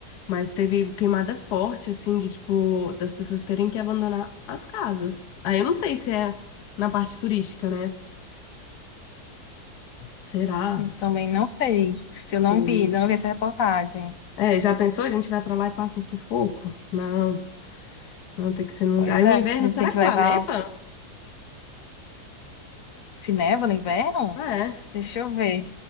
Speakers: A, on the left; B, on the left.
A: mas teve queimada forte, assim, de tipo, das pessoas terem que abandonar as casas. Aí eu não sei se é na parte turística, né? Será?
B: eu também não sei. Se eu não
A: que-
B: vi, não vi essa reportagem.
A: É, já pensou? A gente vai pra lá e passa um sufoco? Não, não tem que ser num
B: Pois
A: lugar. Aí o
B: é,
A: inverno,
B: a gente
A: será
B: tem que
A: que
B: levar.
A: lá neva?
B: Se neva no inverno?
A: É,
B: Deixa eu ver.